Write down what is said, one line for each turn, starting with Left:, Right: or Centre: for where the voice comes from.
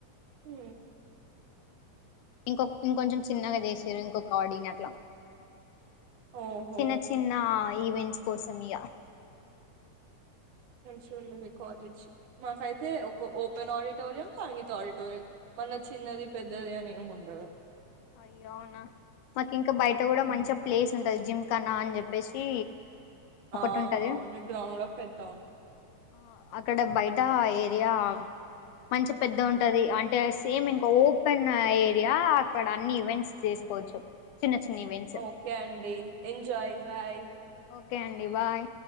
Right: హ
Left: ఇంకొ ఇంకొంచెం చిన్నగా చేసారు ఇంకొక ఆడిని అట్లా
Right: ఓహో!
Left: చిన్న చిన్న ఈవెంట్ కోసంయా
Right: మంచింది మీ కాలేజ్ మాకైతే ఒక ఓపెన్ ఆడిటోరియం సంగీత ఆడిటోరియం మళ్ళ చిన్నది పెద్దది అనే ఉంటంది అ
Left: అయ్య అవునా మాకు ఇంకా బయట కూడా
Right: హ్మ్.
Left: మంచిగా ప్లేస్ ఉంటంది జిమ్ కన్నా అని చెప్పేసి ఒకటి
Right: ఆ
Left: ఉంటది
Right: ఆ అవును మీ గూడా అవ్కూడా పెద్దా <inaudible>
Left: ఆ అక్కడ బయట ఏరియా మంచి పెద్ద ఉం ఉంటది
Right: ఉంటుంది.
Left: అంటే సేమ్ ఇంకా ఓపెన్ ఏరియా ఇక్కడ అన్ని ఈవెంట్స్ చేసుకోవచ్చు. చిన్న చిన్న ఈవెంట్స్
Right: ఓకే అండి ఎంజాయ్ బాయ్
Left: ఓకే అండి బాయ్